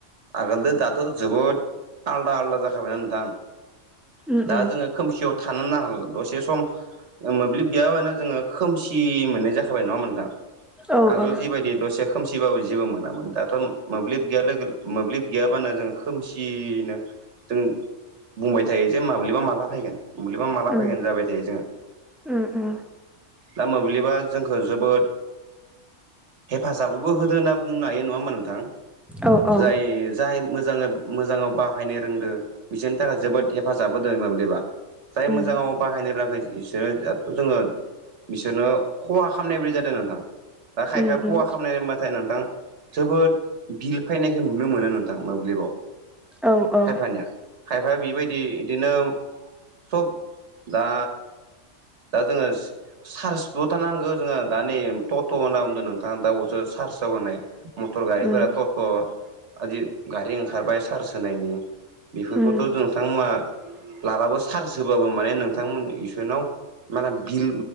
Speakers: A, on the right (about 65°); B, in the centre.
A: आगोलनो दाथ' जोबोद आलदा आलदा जाखाबायना नोंथां
B: उम
A: दा
B: उम
A: जोङो खोमसियाव थानोनो हाला दसे सम मोब्लिब गैयाबानो जोङो खोमसि मोननाय जाखाबाय नङा होमबा नोंथां
B: औ
A: आगोल
B: औ
A: जिबायदि दसे खोमसिबाबो जेबो मोनामोन दाथ' मोब्लिब गैया लोगो मोब्लिब गैयाब्लानो जोङो खोमसियनो जों बुंबाय थायो जे माब्लिबा माला फैगोन बेबा माला
B: उम
A: फैगोन जाबाय थायो जोङो
B: उम उम
A: दा मोब्लिबा जोंखौ जोबोद हेफाजाबबो होदो होनना बुंनो हायो नङा होमा नोंथां
B: औ औ
A: जाय जाय मोजाङै मोजाङाव बाहायनो रोंदो बिसोरनि थाखाय जोबोद हेफाजाब होदों मोब्लिबा जाय
B: उम
A: मोजाङाव बाहायनो राखै बिसोरो दाथ' जोङो बिसोरनो खहा खालामनाय बायदि जादों नोंथां दा खायफाया
B: उम
A: खहा
B: उम
A: खालामनायबाथाय नोंथां जोबोद बिल फैनायखौ नुनो मोनो नोंथां मोब्लिबाव
B: औ औ
A: खायफानिया खायफाया बेबायदि बिदिनो सब दा दा जोङो चार्जबोथ' नांगौ जोङो दा नै टट' होनना बुंदों नोंथाङा दा बेयावसो चार्जआव होनाय मटर गारिफोरा
B: उम
A: टट' आदि गारि ओंखारबाय चार्ज होनायनि बेफोरखौथ'
B: उम
A: नोंथांमोना लाबाबो चार्ज होबाबो माने नोंथांमोननि इसनाव माने बिल